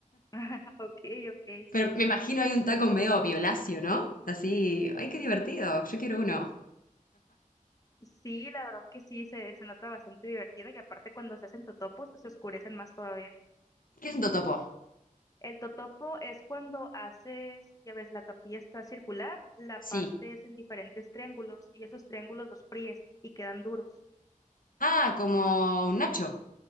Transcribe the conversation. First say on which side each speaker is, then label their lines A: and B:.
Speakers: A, on the left; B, on the left.
A: <laughs> Ok, ok.
B: Pero me imagino hay un taco medio violáceo, ¿no? Así, ay, qué divertido, yo quiero uno.
A: Sí, la verdad que sí, se, se nota bastante divertido y aparte cuando se hacen totopos se oscurecen más todavía.
B: ¿Qué es un totopo?
A: El totopo es cuando haces, ya ves, la tortilla está circular, la parte
B: Sí.
A: es en diferentes triángulos y esos triángulos los fríes y quedan duros.
B: Ah, como un nacho.